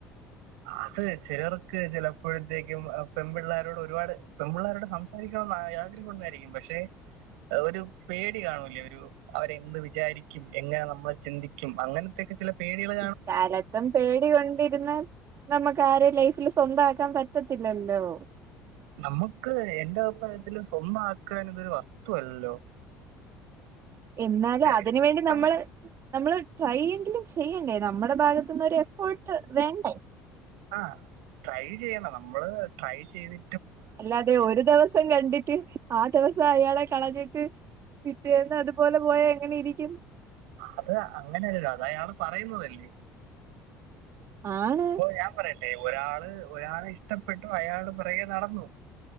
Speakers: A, on the right (about 70°); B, on the right (about 45°).
A: അത് ചെലർക്ക് ചെലപ്പോഴത്തേക്കും അ പെൺപിള്ളാരോട് ഒരുപാട് പെൺപിള്ളാരോട് സംസ് സാരിക്കണോന്ന് ആ യാഗ്രഹം ഒണ്ടായിരിക്കും പക്ഷെ അ ഒരു പേടി കാണൂലേ ഒരു അവര് എന്ത് വിചാരിക്കും എങ്ങന നമ്മൾ ചിന്തിക്കും അങ്ങന് ത്തെക്ക് ചില പേടികള്
B: ഇക്കാലത്തും പേടി കൊണ്ടിരുന്നാൽ നമ്മക്ക് ആരെയും ലൈഫില് സ്വന്ത ആക്കാൻ പറ്റത്തില്ലല്ലോ?
A: നമ്മൊക്ക് എന്റെ അഭിപ്രായത്തില് സ്വന്ത ആക്ക്ക എന്നതൊരു വസ്തു അല്ലല്ലോ?
B: എന്നാലും അതിനുവേണ്ടി
A: ഇഷ്ടം
B: നമ്മള് നമ്മള് ട്രൈയെങ്കിലും ചെയ്യണ്ടേ നമ്മടെ ഭാഗത്തുന്നൊരു എഫോർട്ട് വേണ്ടേ?
A: ആ ട്രൈ ചെയ്യണം നമ്മള് ട്രൈ ചെയ്തി
B: അല്ലാതെ ഒരു ദെവസം കണ്ടിറ്റ് ആ ദെവസം അയാളെ കളഞ്ഞിട്ട് പിറ്റേന്ന് അതുപോലെ പോയാ എങ്ങനെ ഇരിക്കും.
A: അത് അങ്ങനെയല്ലല്ലോ അത് അയാള് പറയുന്നതല്ലേ?
B: ആണ്
A: ഇപ്പൊ ഞാൻ പറയട്ടെ? ഒരാള് ഒരാളെ ഇഷ്ടപ്പെട്ടു. അയാള് പെറകേ നടന്നു.